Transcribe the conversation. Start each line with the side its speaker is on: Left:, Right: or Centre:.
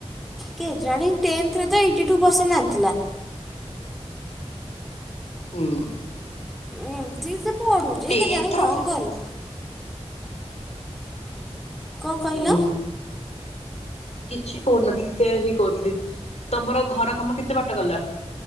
Centre: କେଯାଣି ଟେନ୍ତ ରେ ତ ଏଇଟି ଟୁ ପର୍ସଣ୍ଟେଜ୍ ଆଣିଥିଲା
Left: ହଁ
Centre: ଏମିତି ସେ ପଢୁଛି
Left: ଟେନ୍ଥର
Centre: କି ଜାଣି କଣ କରିବ କଣ କହିଲ?
Left: ହୁଁ କିଛି କହୁନଥିଲି ସେଇଆହିଁ କହୁଥିଲି ତମର ଘର କାମ କେତେ ବାଟ ଗଲା